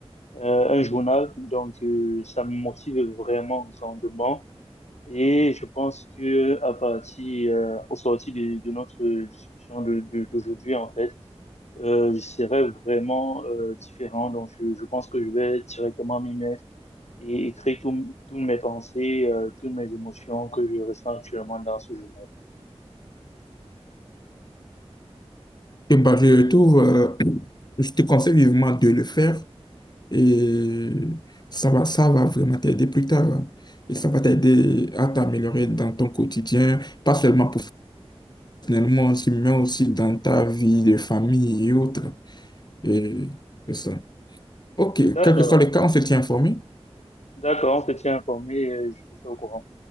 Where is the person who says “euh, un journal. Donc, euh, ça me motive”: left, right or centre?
Left